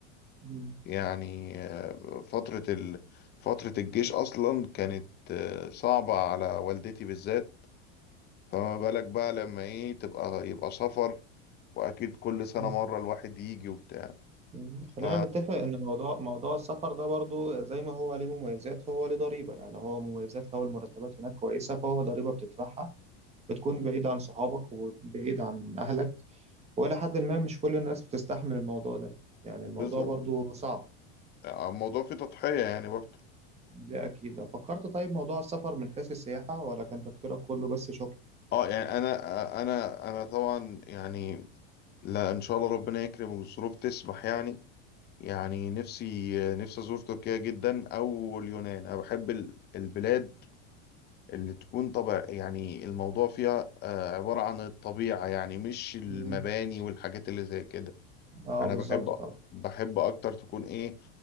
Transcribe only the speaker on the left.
يعني آه، فترة ال... فترة الجيش أصلا كانت آه، صعبة على والدتي بالذات فما بالك بقى لما إيه تبقى يبقى سفر وأكيد كل سنة
مرة الواحد يجي وبتاع
ف
بالظبط
يعني الموضوع فيه تضحية يعني برضه
اه يعني أنا أنا أنا طبعا يعني لا إن شاء الله ربنا يكرم والظروف تسمح يعني يعني نفسي نفسي أزور تركيا جدا أو اليونان أنا بحب ال- البلاد اللي تكون طبع يعني الموضوع فيها آه، عبارة عن الطبيعة يعني مش المباني
والحاجات اللي زي كده
أنا
بحب
بحب أكتر تكون إيه